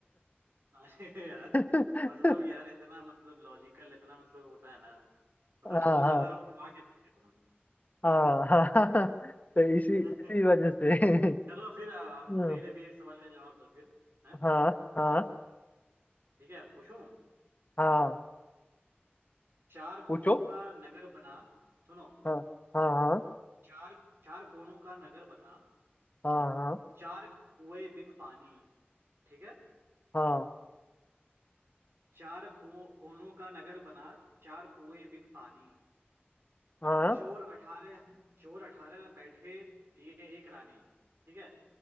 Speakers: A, on the right (about 75°); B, on the left (about 40°).
A: <laughs> अरे यार
B: <laughs>
A: मतलब यार इतना मतलब लॉजिकल इतना मतलब होता है ना मतलब
B: हाँ
A: बहुत ज्यादा
B: हाँ
A: घुमा के पूछे
B: हाँ हाँ <laughs> तो इसी
A: तुमने
B: इसी
A: <laughs>
B: वजह से <laughs>
A: चलो फिर अब
B: हम्म,
A: मेरे भी एक सवाल का जवाब दो फिर है
B: हाँ हाँ
A: ठीक है पूछूं
B: हाँ
A: चार कोनों
B: पूछो
A: का नगर बना सुनो
B: हाँ हाँ हाँ
A: चार चार कोनों का नगर बना
B: हाँ
A: चार कुएं बिन पानी ठीक है
B: हाँ
A: चार कुओं- कोनों का नगर बना चार कुएं बिन पानी
B: हाँ हाँ।
A: चोर अठारह चोर अठारह बैठे लिए एक रानी ठीक है